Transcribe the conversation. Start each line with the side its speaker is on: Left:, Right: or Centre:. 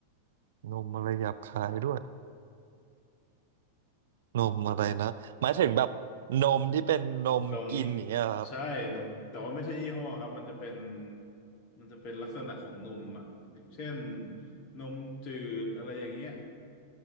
Right: นมอะไรหยาบคายด้วยนมอะไรนะหมายถึงแบบนมที่เป็นนมกินอย่างเงี้ยเหรอครับ
Left: <laughs> นมใช่นมแต่ว่าไม่ใช่ยี่ห้อครับมันจะเป็นมันจะเป็นลักษณะของนมอ่ะอย่างเช่นนมจืดอะไรอย่างเงี้ย